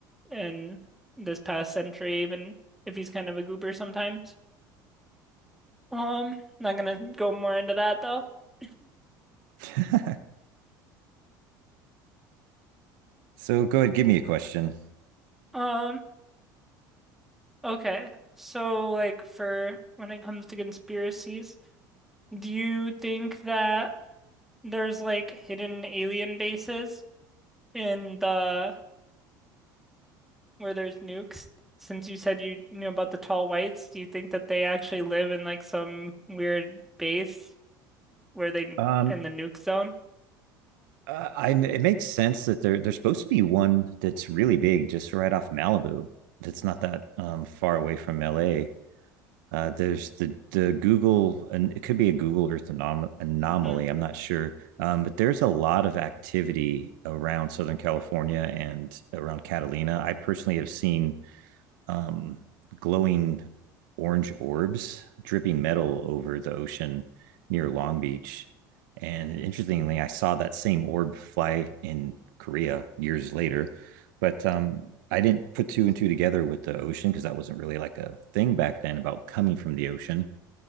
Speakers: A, in the centre; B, on the right (about 75°).
A: in this past century, even if he's kind of a goober sometimes. Um, not gonna go more into that though. <laughs>
B: <laughs> so go ahead, give me a question.
A: Um, Okay. So, like, for when it comes to conspiracies, do you think that there's like hidden alien bases in the where there's nukes? Since you said you knew about the tall whites, do you think that they actually live in like some weird base where they
B: Um
A: in the nuke zone?
B: uh, I it makes sense that there there's supposed to be one that's really big just right off Malibu. That's not that um far away from LA. Uh, there's the the Google, and it could be a Google Earth anom- anomaly.
A: Mm.
B: I'm not sure, um, but there's a lot of activity around Southern California and around Catalina. I personally have seen um, glowing orange orbs dripping metal over the ocean near Long Beach. And interestingly, I saw that same orb fly in Korea years later, but um, I didn't put two and two together with the ocean because that wasn't really like a thing back then about coming from the ocean.